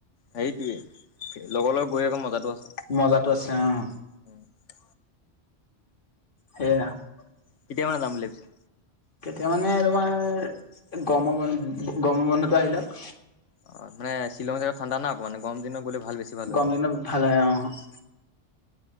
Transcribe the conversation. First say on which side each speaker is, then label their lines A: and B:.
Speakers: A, on the left (about 85°); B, on the left (about 45°).
A: হেইটোৱে লগৰ লগত গৈ আকৌ মজাটো আছে।
B: মজাতো আছে অ'।
A: উম <unintelligible>
B: সে
A: কেতিয়া
B: <unintelligible>
A: মানে যাম বুলি ভাবিছা
B: কেতিয়া মানে তোমাৰ গৰমৰ বন্ধ গৰমৰ বন্ধতো আহি লওঁক।
A: অ' মানে শ্বিঙং জগাটো ঠাণ্ডা না আকমান গৰম দিনত গ'লে ভাল বেছি ভাল হয়
B: গৰম দিনত ভাল হয় অ'।